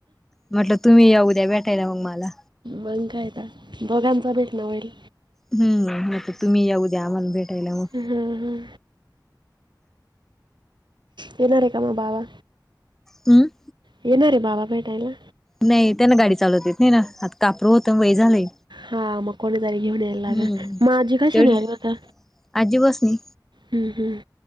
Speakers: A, in the centre; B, on the right (about 85°).
A: म्हटलं तुम्ही या उद्या भेटायला मग मला
B: मग काय तर दोघांचा भेट ना होईल.
A: हम म्हणते तुम्ही या ऊद्या आम्हाला भेटायला मग
B: हा ह येणार आहे का मग बाबा
A: हम
B: येणार रे बाबा भेटायला.
A: नाही त्यांना गाडी चालवत येत नाही ना आता कापरू होतं वय झालंय
B: हा म कोणीतरी घेऊन यायला लागलं
A: हम्म
B: माझी काय
A: तेवढी
B: शनिवारी आली होता
A: आजी बसनी
B: हम् हम्